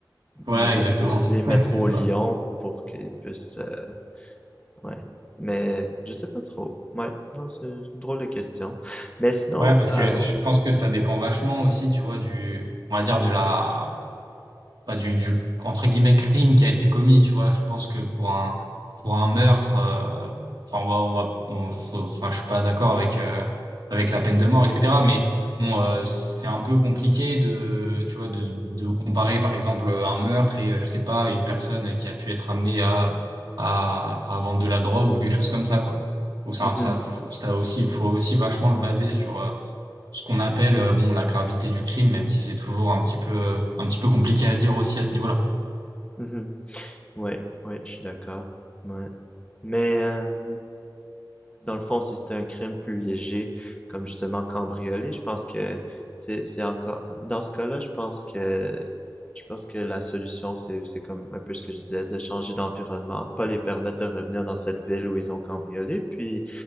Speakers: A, on the right; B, on the left.
A: Ouais,
B: les mettre
A: exactement.
B: au, les
A: <laughs>
B: mettre
A: Ouais, c'est
B: au
A: ça.
B: lion pour qu'ils puissent, euh, ouais. Mais je sais pas trop. Ouais, non, c'est une drôle de question. Mais sinon,
A: Ouais, parce
B: euh,
A: que je pense que ça dépend vachement aussi, tu vois, du, on va dire, de la bah, du, du entre guillemets crime qui a été commis, tu vois. Je pense que pour un pour un meurtre, euh, enfin on va on va on- faut- enfin je suis pas d'accord avec euh, avec la peine de mort, etc. Mais bon, euh, c'est un peu compliqué de tu vois de de comparer par exemple un meurtre et euh, je sais pas une personne qui a pu être amenée à à, à vendre de la drogue ou quelque chose comme ça quoi. Ou ça
B: mhm,
A: ça ça aussi faut aussi vachement le baser sur euh, ce qu'on appelle euh, bon, la gravité du crime, même si c'est toujours un petit peu, un petit peu compliqué à dire aussi à ce niveau-là.
B: mhm. ouais, ouais, je suis d'accord. Ouais. Mais euh, Dans le fond, si c'était un crime plus léger, comme justement cambrioler, je pense que c'est c'est encore dans ce cas-là, je pense que je pense que la solution c'est c'est comme un peu ce que je disais, de changer d'environnement, pas les permettre de revenir dans cette ville où ils ont cambriolé, puis